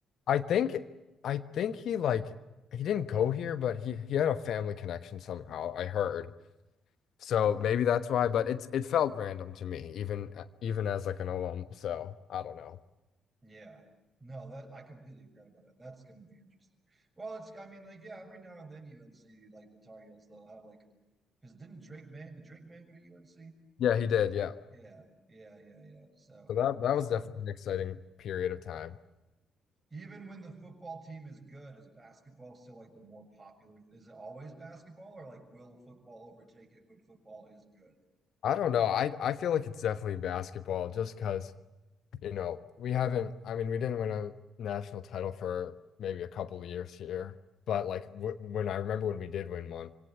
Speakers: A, on the left; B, on the right.
A: I think I think he like he didn't go here, but he he had a family connection somehow. I heard. So maybe that's why, but it's it felt random to me, even even as like an alum. So I don't know.
B: Yeah. No, that I completely forgot about that. That's going to be interesting. Well, it's I mean, like, yeah, every now and then UNC, like the Tar Heels, they'll have like because didn't Drake May, did Drake May go to UNC?
A: Yeah, he did. Yeah.
B: Yeah, yeah, yeah, yeah. So,
A: So that that
B: but
A: was definitely an exciting period of time.
B: Even when the football team is good, is basketball still like the more popular? Is it always basketball, or like will football overtake it when football is good?
A: I don't know. I I feel like it's definitely basketball just because,
B: Yeah,
A: you know, we haven't I mean, we didn't win a national title for maybe a couple of years here, but like w when I remember when we did win one